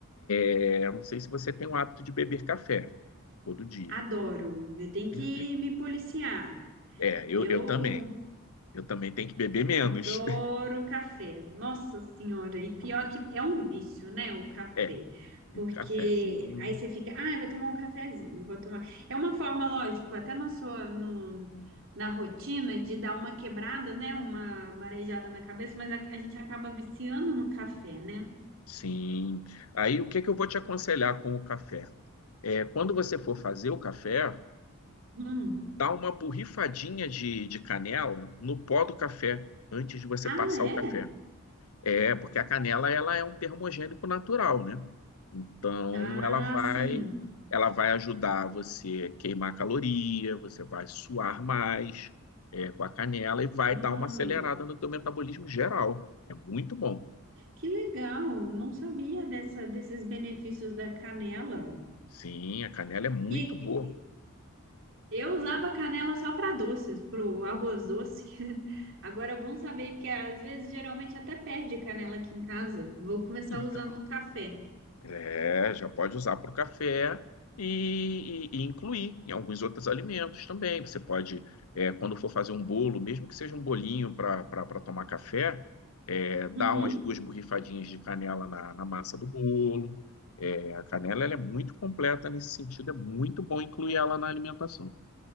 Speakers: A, on the left; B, on the right.
A: é, eu não sei se você tem o hábito de beber café todo dia.
B: adoro. Eu tenho
A: Perfeito.
B: que me policiar.
A: É, eu,
B: Eu
A: eu também. Eu também tenho que beber
B: Eu
A: menos.
B: adoro
A: <laughs>
B: café. Nossa Senhora, e pior que é um vício, né, o café.
A: É,
B: Porque
A: um cafezinho
B: aí você fica, ah, eu vou tomar um cafezinho, vou tomar. É uma forma, lógico, até na sua, no, na rotina de dar uma quebrada, né, uma marejada na cabeça, mas a, a gente acaba viciando no café, né?
A: Sim. Aí o que que eu vou te aconselhar com o café? É, quando você for fazer o café,
B: Hum.
A: dá uma borrifadinha de, de canela no pó do café antes de você
B: Ah,
A: passar
B: é?
A: o café. É, porque a canela ela é um termogênico natural, né? Então
B: Ah,
A: ela vai
B: sim.
A: ela vai ajudar você a queimar caloria, você vai suar mais é, com a canela e vai
B: Ah,
A: dar uma acelerada no teu metabolismo geral. É muito bom.
B: que legal. Não sabia dessa, desses benefícios da canela.
A: Sim, a canela é muito
B: E
A: boa.
B: Eu usava canela só para doces, pro arroz doce. <laughs> Agora é bom saber, porque às vezes geralmente até perde canela aqui em casa. Vou começar
A: Então,
B: usando café.
A: É, já pode usar para o café e, e- e incluir em alguns outros alimentos também. Você pode, é, quando for fazer um bolo, mesmo que seja um bolinho para tomar café, é, dar
B: Uhum.
A: umas duas borrifadinhas de canela na, na massa do bolo. É, a canela ela é muito completa nesse sentido, é muito bom incluir ela na alimentação.